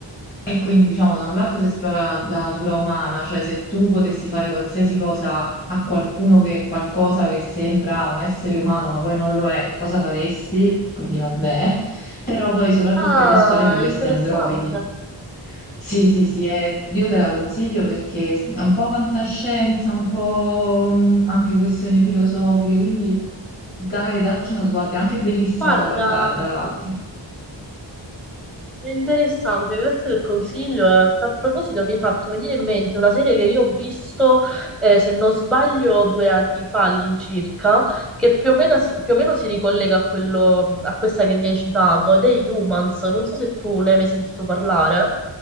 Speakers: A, on the left (about 20°); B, in the centre.
A: E quindi, diciamo, da un lato si esplora la la natura umana, cioè se tu potessi fare qualsiasi cosa a qualcuno che qualcosa che sembra un essere umano, ma poi non lo è, cosa faresti? E quindi vabbè. Però poi soprattutto
B: Ah,
A: è la storia di questi
B: interessante.
A: androidi. Sì, sì, sì, è- io te la consiglio perché è un po' fantascienza, un po' mh, anche questioni filosofiche, quindi magari dacci uno sguardo, è anche bellissima
B: Guarda.
A: da guardare, tra l'altro.
B: Interessante, grazie del consiglio. In realtà, A proposito, mi hai fatto venire in mente una serie che io ho visto, eh, se non sbaglio, due anni fa all'incirca, che più o meno si, più o meno si ricollega a quello, a questa che mi hai citato, ed è Humans. Non so se tu ne hai mai sentito parlare,